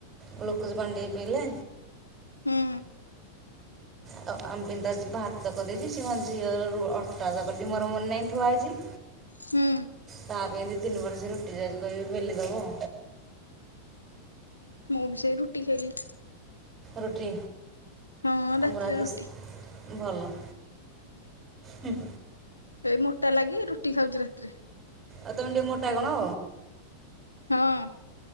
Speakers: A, on the right (about 20°); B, on the left (about 80°).
A: ଗ୍ଲୋକଜ ପାଣି ଟିକେ ପିଇଲେ।
B: ହୁଁ
A: ତ ଆମବିତାଜି ବାାତ <unintelligible> କରିଦେଇଚି। ଝିମାନେ <unintelligible> ଝିଅ ର ଅଟା କରିଦ ମୋର ମନେ ନାହିଁ ଥୁଆ ହେଇଛି
B: ହୁଁ
A: ତା ପାଇଁ ଦି, ତିନ ପଟ ସେ ରୁଟି ଯାଉଛି କହିବି ବେଲି ଦବ।
B: ମୁଁ ବି ସେଇ ରୁଟି ଖାଇଲି।
A: ରୁଟି,
B: ହଁ ରାତିରେ
A: ଆମ ରାଜେଶ
B: ରୁଟି।
A: ଭଲ, ହୁଁ
B: ଏଇ ମୋଟା ଲାଗି ରୁଟି ଖାଉଛି ରାତିରେ।
A: ଆଉ ତମେ ଟିକେ ମୋଟା କଣ?
B: ହଁ।